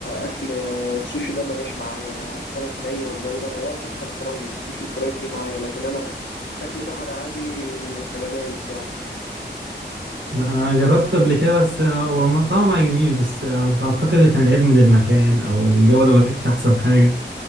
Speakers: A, on the left; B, on the right.
A: أكل السوشي ده ما جاش معايا أنا سمك ني والجو ده ما ولا حتى الفرايد السوشي الفرايد جه معايا لكن أنا أكل بحري عادي فأنا دايس يعني
B: لا انا جربت قبل كده بس آه، هو ما- طبعا ما عجبنيش بس آه، اعتقد كان العيب من المكان او الجوده ما كانتش احسن حاجه